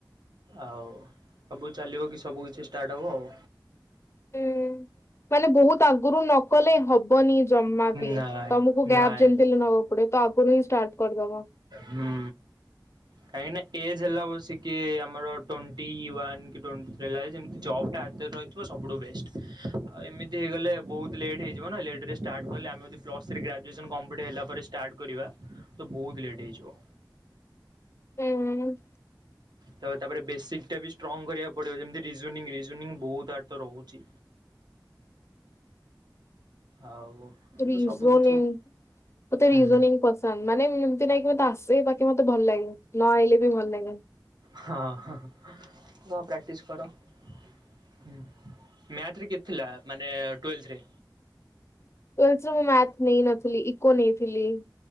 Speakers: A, on the right; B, on the left.
A: ଆଉ ସବୁଚାଲି ସବୁ କିିଛି ଷ୍ଟାର୍ଟ ହେବ ଆଉ।
B: ହୁଁ ମାନେ ବହୁତ ଆଗରୁ ନ କଲେ ହବନି ଜମା ବି
A: ନାଇଁ
B: ତମକୁ କ୍ୟାବ୍
A: ନାଇଁ
B: ଯେମିତି ହେଲେ ନେବାକୁ ପଡିବ ତା ଆଗରୁ ହିଁ ଷ୍ଟାର୍ଟ କରିଦବ।
A: ହୁଁ କହିଁକି ନା ଏଜ୍ ହେଲା ବସିକି ଆମର ଟ୍ୱେଣ୍ଟି ୱାନ୍ କି ଟ୍ୱେ ରେଲାଇ ଜେମିତି ଜବଟା ହାତରେ ରହିଥିବ ସବୁଠୁ ବେଷ୍ଟ ଆଉ ଏମିତି ହେଇଗଲେ ବହୁତ ଲେଟ୍ ହେଇଯିବ ନା ଲେ ଲେଟେ ରେ ଷ୍ଟାର୍ଟ କଲେ ଆମେ ଯଦି ପ୍ଲ ଥ୍ରୀ ଗ୍ରଜୁଏସନ୍ କମ୍ପ୍ଟ୍ ହେଲା ପରେ ଷ୍ଟାର୍ଟ କରିବା ତ ବହୁତ ଲେଟ ହେଇଯିବ।
B: ହୁଁ
A: ତା ତାପରେ ବେସିକ ଟା ବି ଷ୍ଟ୍ରଙ୍ଗ କରିବାକୁ ପଡିବ ଯେମିତି ରିଯୋଇଂ ରିଯୋନିଙ୍ଗ ବହୁତ ହାଡ଼ ତ ରହୁଛି। ଆଉ ଏମିତି
B: ରିଯୋନୀଙ୍ଗି
A: ତ ସବୁ କିିଛି
B: ମତେ
A: ହୁଁ
B: ରିଯୋନିଙ୍ଗି ପସନ୍ଦ ମାନେ ଏମତି ନାଇଁକି ମତେ ଆସେ ବାକି ମତେ ଭଲ ଲାଗେ ନ ଆଇଲେ ବି ଭଲ ଲାଗେ।
A: ହଁ ହଁ ହଁ ପ୍ରଟିଶି କର। ମ୍ୟାଥ ରେ କେତେ ଥିଲା ମାନେ ଟୁଏଲେଥ ରେ।
B: ଟୁଏଲଥ ରେ ମୁଁ ମାଥ୍ ନେଇ ନଥିଲି ଇକୋ ନେଇଥିଲି।